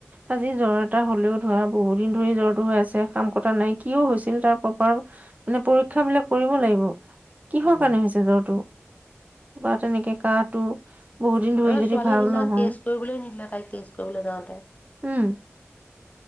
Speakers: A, on the right; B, on the left.
A: আজি জ্বৰ এটা হলেও ধৰা বহুত দিন ধৰি জ্বৰটো হৈ আছে কাম কটা নাই কিয় হৈছিল তাৰ প্ৰপাৰ মানে পৰীক্ষা বিলাক কৰিব লাগিব। কিহৰ
B: উম
A: কাৰণে হৈছে জ্বৰটো বা তেনেকে কাহটো বহুত দিন ধৰি
B: আমাৰ
A: যদি
B: ছোৱালীয়ে
A: ভাল
B: সিদিনাখন
A: নহয়
B: টেষ্ট কৰিবলৈ নিদিলে তাইক টেষ্ট কৰিবলৈ যাওঁতে
A: উম,